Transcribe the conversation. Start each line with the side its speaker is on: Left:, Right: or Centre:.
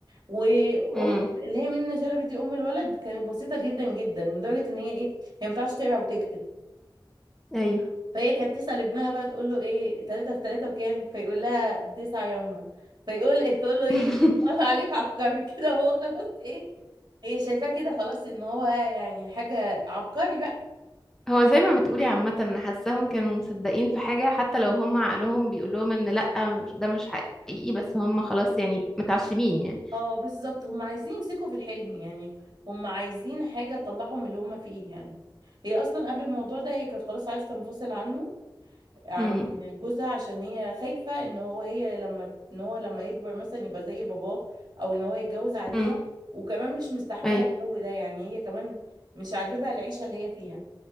Right: وام
Centre: امم
Right: اللي هي منى شلبي دي ام الولد كانت بسيطة جدا جدا لدرجة ان هي ايه هي ما بتعرفش تقرا وتكتب
Centre: ايوه
Right: فهي كانت تسأل ابنها بقى تقول له ايه تلاتة في تلاتة بكام فيقول لها بتسعة يما فيقول تقول له ايه
Centre: <laughs>
Right: طلع عليك عبقري <laughs> كده هو خلاص ايه هي شايفاه كده خلاص ان هو يعني حاجة عبقري بقى
Centre: هو زي ما بتقولي عامة انا حاساهم كانوا مصدقين في حاجة حتى لو هم عقلهم بيقول لهم ان لأ مش- ده مش حقيقي بس هم خلاص يعني متعشمين يعني
Right: اه بالظبط هم عايزين يمسكوا في الحلم يعني هم عايزين حاجة تطلعهم من اللي هم فيه يعني هي اصلا قبل الموضوع ده هي كانت خلاص عايزة تنفصل عنه عن
Centre: امم
Right: جوزها عشان هي خايفة ان هو هي لما ان هو لما يكبر مثلا يبقى زي باباه او ان هو يتجوز عليها
Centre: امم
Right: وكمان مش مستحملة
Centre: ايوه
Right: الجو ده يعني هي كمان مش عاجبها العيشة اللي هي فيها